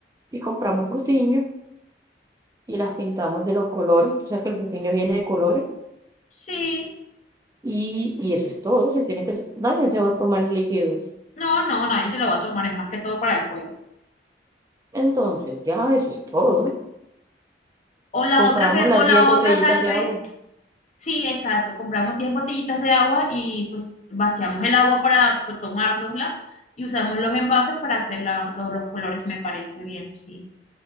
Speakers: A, on the right; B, on the left.
A: y compramos frutiños y las pintamos de los colores. Tú sabes que el frutiño viene de colores
B: Sí.
A: y, y eso es todo. Se tiene que, hacer- nadie se va a tomar líquidos.
B: No, no, nadie se lo va a tomar, es más que todo para el juego.
A: Entonces, ya eso es todo.
B: O la
A: Compramos
B: otra que,
A: las
B: o la
A: 10
B: otra
A: botellitas
B: tal
A: de
B: vez,
A: agua.
B: sí, exacto, compramos 10 botellitas de agua y pues vaciamos el agua para pues, tomárnosla y usamos los envases para hacer la- lo- los colores, me parece bien, sí.